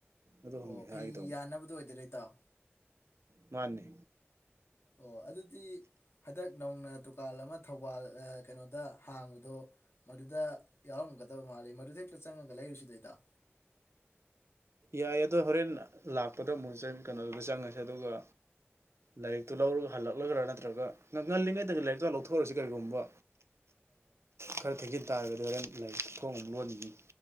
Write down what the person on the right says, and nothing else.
ꯑꯗꯣ ꯍꯪ
ꯍꯥꯏꯒꯦ
ꯃꯥꯅꯤ
ꯌꯥꯏ ꯑꯗꯣ ꯍꯣꯔꯦꯟ ꯂꯥꯛꯄꯗ ꯑꯃꯨꯛ ꯀꯩꯅꯣꯗꯨꯗ ꯆꯪꯉꯁꯦ ꯑꯗꯨꯒ ꯂꯥꯏꯔꯤꯛꯇꯨ ꯂꯧꯔꯒ ꯍꯜꯂꯛꯂꯒꯔꯥ ꯅꯠꯇ꯭ꯔꯒ ꯉꯜꯂꯤꯉꯩꯗꯒ ꯂꯥꯏꯔꯤꯛꯇꯣ ꯍꯥꯟꯅ ꯂꯧꯊꯣꯛꯎꯁꯤ ꯀꯔꯤꯒꯨꯝꯕ ꯈꯔ <inaudible> ꯇꯥꯔꯒꯗꯤ ꯍꯣꯔꯦꯟ ꯂꯥꯏꯔꯤꯛ ꯊꯣꯡ ꯑꯃꯨ ꯂꯣꯟꯅꯤꯡꯅꯤ